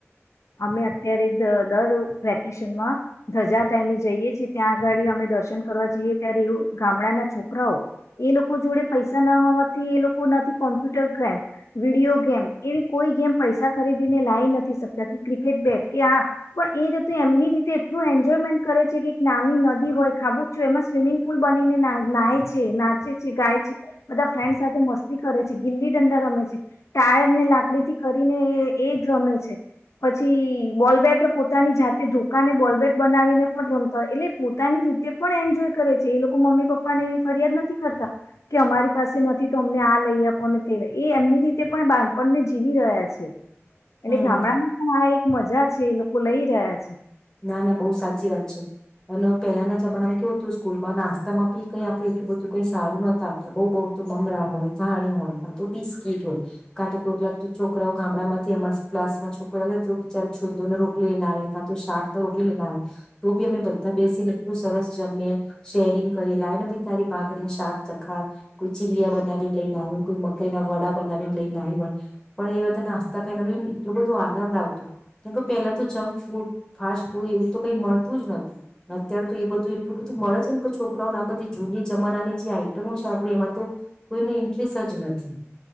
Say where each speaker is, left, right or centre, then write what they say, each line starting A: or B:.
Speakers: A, on the left (about 80°); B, on the left (about 15°).
A: અમે અત્યારે દર વેકેશનમાં ધજા ટાઈમે જઈએ છીએ ત્યાં આગાળ અમે દર્શન કરવા જઈએ ત્યારે એવ ગામડાના છોકરાઓ એ લોકો જોડે પૈસા ના હોવાથી એ લોકો નથી કોમ્પ્યુટર ગેમ વિડીયો ગેમ એવી કોઈ ગેમ પૈસા ખરીદીને લાવી નથી શક <unintelligible> ક્રિકેટ બાગ કે આ પણ એજેતે એમની રીતે એટલું એન્જોયમેન્ટ કરે છે કે એક નાની નદી હોય ખાબું ચૂ એમાં સ્વિમિંગ પુલ બનીને ના છે નાચે છે ગાય છે બધા ફ્રેન્ડ સાથે મસ્તી કરે છે ગીલી દંડા રમે છે ટાયર ને લાકડીથી કરીને એ જ રમે છે. પછી બોલ બેટ પોતાની જાતે ધોકાને બોલ બેટ બનાવીને પણ રમતા હોય એટલે પોતાની રીતે પણ એન્જોય કરે છે એ લોકો મમ્મી પપ્પા ને એવી ફરિયાદ નથી કરતા કે અમારી પાસે નથી તો અમને આ લઈ આપોને તે એ એમની રીતે પણ બાળપણને જીવી રહ્યા છે. એટલે
B: હમ
A: ગામડામા આ એક મજા છે એ લોકો લઈ રહ્યા છે.
B: ના ના બહુ સાચી વાત છે અને પેલાના જમાનામાં કેવુ હતું સ્કૂલમાં નાસ્તામાં બી કઈ આપડે એટલું બધું કઈ સારું નતા આપત બઉુ બઉ તો મમરા હોય ધાણી હોય કા તો બિસ્કીટ હોય. કાતો કોક લાકતુ છોકરાઓ ગામડામાં ક્લાસમાં છોકરા તો બિચાર છૂોને રોટલીઈને આવે ત્યાં તો શાક રોટલીઈને આવી તો બી અમે બધા બેસીને એટલું સરસ જમે શેરિંગ કરી લાવીને ભી તારી ભાકરીને શાક ચખા કોઈ ચીલીયા બનાવીને લઈને આવી હોય કોઈ મકઈ ના વડા બનાવીને લઈને આવ હોય પણ એ વાતે નાસ્તા ખાઈને બી એટલું બધું આનંદ આવતો કેમકે પેલા તો જંક ફૂડ ફાસ્ટ ફૂડ એવું તો કઈ મળતું જ નતું અત્યારે તો એ બધું એટલું બધું મળે છે ને કે છોકરાઓને આ બધી જૂની જમાનાની જે આઈટમો છે આપણે એમાં તો કોઈને ઇન્ટરેસ્ટ જ નથી.